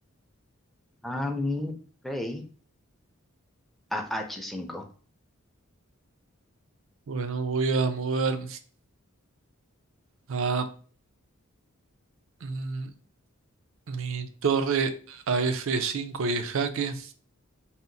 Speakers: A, in the centre; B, on the right (about 65°).
A: a mi rey a H5.
B: Bueno, voy a mover a mm, mi torre a F5 y es jaque.